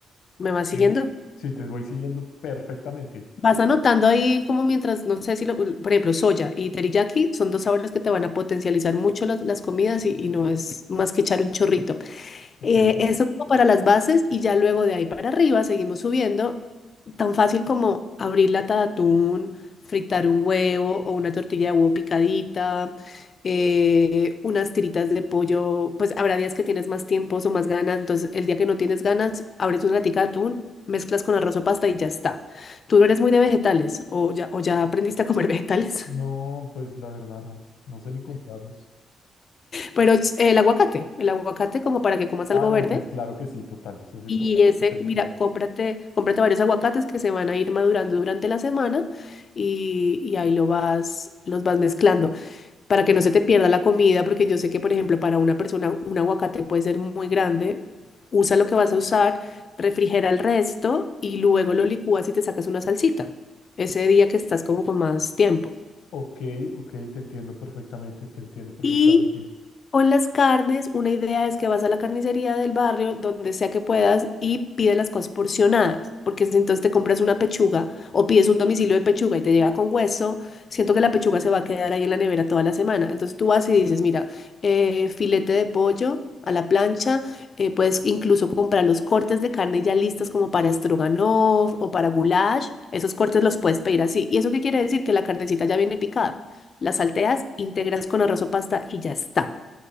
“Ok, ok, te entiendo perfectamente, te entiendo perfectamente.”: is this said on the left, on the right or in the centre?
Left